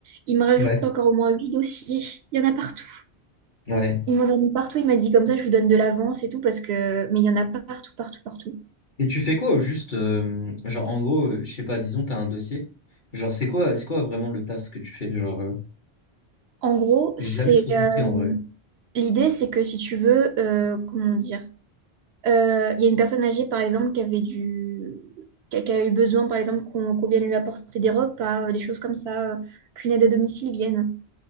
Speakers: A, on the right (about 75°); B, on the left (about 45°).
A: il me rajoute
B: Ouais.
A: encore au moins huit dossiers. Il y en a partout.
B: Ouais.
A: Il m'en a mis partout, il m'a dit, comme ça, je vous donne de l'avance et tout, parce que... Mais il y en a partout, partout, partout.
B: Et tu fais quoi au juste? euh, genre, en gros, euh, je sais pas, disons, t'as un dossier. Genre, c'est quoi, c'est quoi vraiment le taf que tu fais? Genre, euh,
A: En gros,
B: j'ai
A: c'est...
B: jamais trop
A: euh,
B: compris, en vrai.
A: L'idée, c'est que si tu veux, euh, comment dire... Euh, Il y a une personne âgée, par exemple, qui avait du... qui a, qui a eu besoin, par exemple, qu'on qu'on vienne lui apporter des repas, euh, des choses comme ça, euh, qu'une aide à domicile vienne.